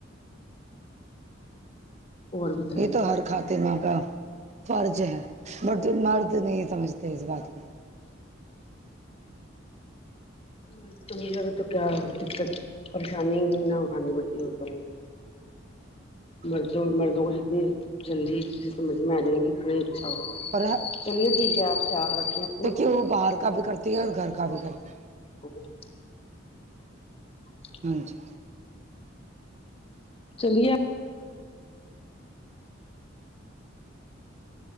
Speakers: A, on the left; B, on the right.
A: اور بتائیں
B: یہ تو ہر خا ماں کا فرض ہے لیکن مرد نہیں سمجھتے اس بات کو
A: <inaudible> مرد سمجھ جائے تو کیا دقت پریشانی نہ اٹھانی پڑتی عورتوں کو
B: <inaudible>
A: مردوں مردوں کو جتنی جلدی چیزیں سمجھ میں آ جائیں گی اتنا ہی اچھا ہوگا
B: اور
A: چلیے ٹھیک ہے آپ خیال رکھے اپنا
B: تو باہر کا بھی کرتی ہے اور گھر کا بھی کرتی ہے
A: <unintelligible> <inaudible>
B: ہاں جی
A: چلیے